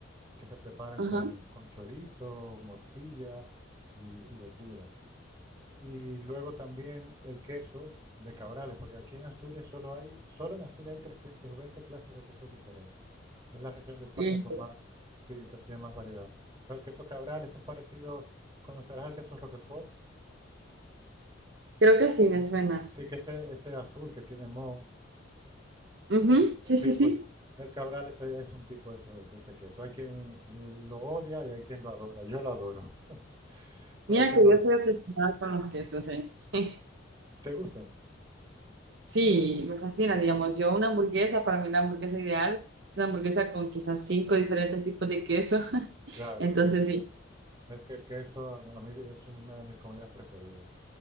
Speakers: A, on the right; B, on the right.
A: que se preparan
B: Ajá.
A: con, con chorizo, morcilla y, y verdura. Y luego también el queso de Cabrales, porque aquí en Asturias solo hay, solo en Asturias hay 320 clases de quesos diferentes. Es la región de España
B: y
A: con más, sí, que tiene más variedad. Entonces el queso Cabrales es parecido, ¿conocerás el queso Roquefort?
B: Creo que sí me suena.
A: Sí, que ese, ese azul que tiene moho.
B: Ujú, Sí, sí,
A: Sí, pues
B: sí.
A: el Cabrales es, es un tipo de, eso- de ese queso. Hay quien lo odia y hay quien lo adora. Yo lo adoro, <laughs> pero
B: Mira
A: hay quien
B: que
A: no
B: yo
A: lo...
B: estoy obsesionada con los quesos, ¿eh? <laughs>
A: ¿Te gustan?
B: Sí, me fascina, digamos, yo una hamburguesa, para mí la hamburguesa ideal es una hamburguesa con quizás cinco diferentes tipos de queso. <laughs>
A: Claro,
B: Entonces,
A: sí.
B: sí,
A: Es que el queso a, a mí es una de mis comidas preferidas.